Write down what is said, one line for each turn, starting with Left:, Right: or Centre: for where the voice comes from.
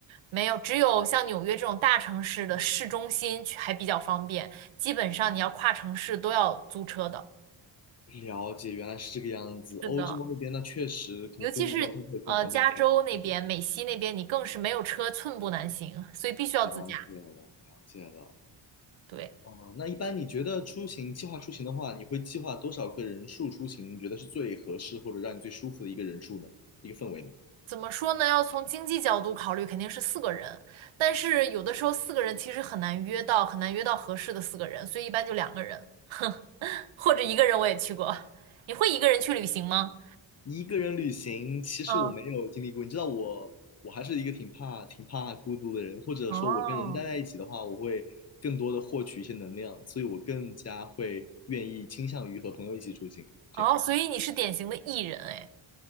Right: 没有，只有像纽约这种大城市的市中心去还比较方便，基本上你要跨城市都要租车的。
Left: 了解，原来是这个样子。欧洲那边那确实可能公共交通会更方便一些。
Right: 是的，尤其是呃加州那边、
Left: 嗯，
Right: 美西那边，你更是没有车寸步难行，所以必须要自驾。
Left: 了解了，了解了。
Right: 对，
Left: 哦，那一般你觉得出行计划出行的话，你会计划多少个人数出行？你觉得是最合适或者让你最舒服的一个人数呢？一个氛围呢？
Right: 怎么说呢？要从经济角度考虑，肯定是四个人，但是有的时候四个人其实很难约到，很难约到合适的四个人，所以一般就两个人，<laughs> 或者一个人我也去过。你会一个人去旅行吗？
Left: 一个人旅行，其实我没有经历过。
Right: 嗯，
Left: 你知道我，我还是一个挺怕、挺怕孤独的人，或者说，
Right: 哦，
Left: 我跟人待在一起的话，我会更多的获取一些能量，所以我更加会愿意倾向于和朋友一起出行。
Right: 哦，
Left: 这样
Right: 所以你是典型的 E 人哎。